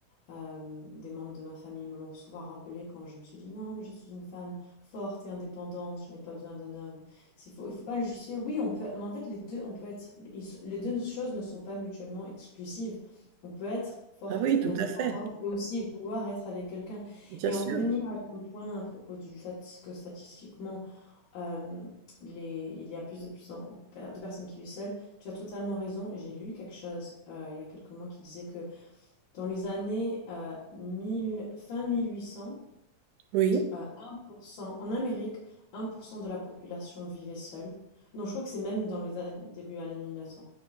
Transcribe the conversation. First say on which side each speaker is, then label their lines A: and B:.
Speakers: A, on the left (about 80°); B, on the right (about 80°).
A: Hem, des membres de ma famille me l'ont souvent rappelé quand je me suis dit: «Non, mais je suis une femme forte et indépendante, je n'ai pas besoin d'un homme». C'est faux, il faut pas le justifier. Oui, on peut mais en fait les 2 on peut être les 2 choses ne sont pas mutuellement exclusives. On peut être forte
B: Ah oui, tout
A: et indépendante
B: à fait,
A: et aussi vouloir être avec quelqu'un.
B: bien
A: Et
B: sûr.
A: en revenir à ton point à propos du fait que statistiquement, hem, les il y a plus de plus en de personnes qui vivent seules, tu as totalement raison et j'ai lu quelque chose, heu, il y a quelques mois qui disait que dans les années euh, mille fin 1800,
B: Oui.
A: euh, 1%, en Amérique, 1% de la population vivait seule. Non, je crois que c'est même dans les années- début années 1900.